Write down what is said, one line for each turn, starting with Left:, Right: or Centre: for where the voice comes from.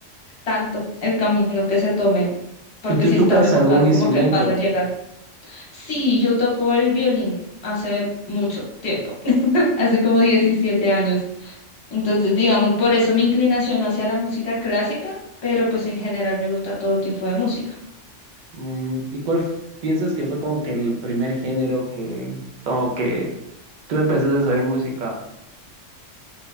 Left: tanto el camino que se tome, porque
Right: ¿Y ¿Tú
Left: si
Right: tocas
Left: estás enfocado
Right: algún
Left: es
Right: instrumento?
Left: como que vas a llegar. Sí, yo toco el violín hace mucho tiempo, <laughs> hace como 17 años. Entonces, digamos, por eso mi inclinación hacia la música clásica, pero pues en general me gusta todo tipo de música.
Right: Mm, ¿Y cuál f- piensas que fue como que el primer género que como que tú empezaste a saber música?